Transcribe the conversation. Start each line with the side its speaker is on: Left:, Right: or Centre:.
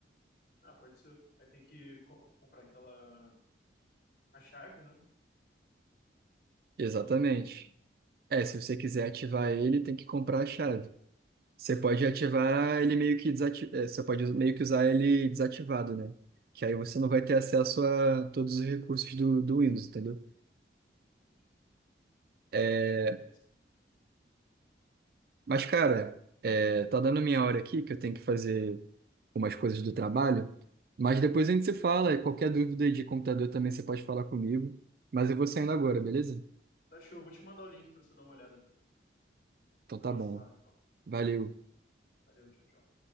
Left: Ah, pode ser. Aí tem que co- comprar aquela a chave, né?
Right: Exatamente.
Left: Do Windows 11.
Right: É, se você quiser ativar ele, tem que comprar a chave. Você pode ativar ele meio que desati... é, você pode meio que usar ele desativado, né? Que aí você não vai ter acesso a todos os recursos do, do Windows, entendeu?
Left: Entendi.
Right: É,
Left: É, é
Right: Mas, cara, é, tá dando minha hora aqui que eu tenho que fazer umas coisas do trabalho. Mas depois a gente se fala. e Qualquer dúvida de computador também você pode falar comigo. Mas eu vou saindo agora, beleza?
Left: Tá show, vou te mandar o link pra você dar uma olhada também.
Right: Então
Left: Depois
Right: tá
Left: a gente
Right: bom.
Left: se fala, então.
Right: Valeu.
Left: Valeu, tchau, tchau.